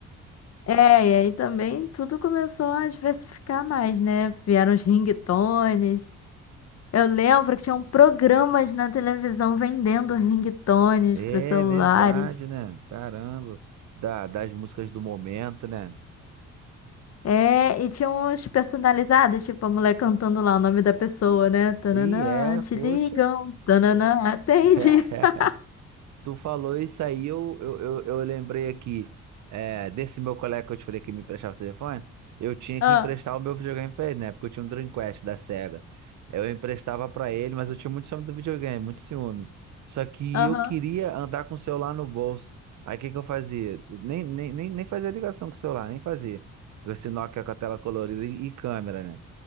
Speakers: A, on the left; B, on the right.
A: É, e aí também tudo começou a diversificar mais, né? Vieram os ringtones. Eu lembro que tinham programas na televisão vendendo ringtones
B: É
A: para celulares.
B: verdade, né? Caramba. Da, das músicas do momento, né?
A: É, e tinha uns personalizados, tipo a mulher cantando lá o nome da pessoa, né? Tananã,
B: E é,
A: te
B: poxa.
A: ligam, tananã, atende.
B: <laughs>
A: <laughs>
B: Tu falou isso aí, eu, eu, eu, eu lembrei aqui é, desse meu colega que eu te falei que me emprestava o telefone. Eu tinha
A: Ah,
B: que emprestar o meu videogame pra ele, né? Porque eu tinha um Dreamcast da Sega. Eu emprestava pra ele, mas eu tinha muito ciúme do videogame, muito ciúme. Só que
A: Aham,
B: eu queria andar com o celular no bolso. Aí o que que eu fazia? Nem, nem, nem, nem fazia ligação com o celular, nem fazia. Esse Nokia com a tela colorida e, e câmera, né?